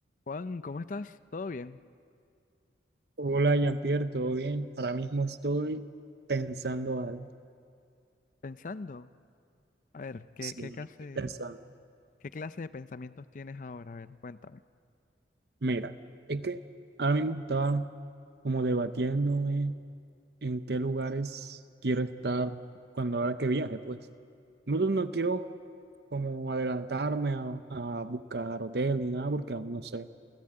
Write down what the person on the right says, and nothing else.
Hola, Jean-Pierre, ¿todo bien? Ahora mismo estoy pensando algo.
Sí,
no,
no estoy pensando.
Mira, es que ahora mismo estaba como debatiéndome en qué lugares quiero estar cuando ahora que viaje, pues. No, no quiero como adelantarme a, a buscar hotel ni nada porque aún no sé.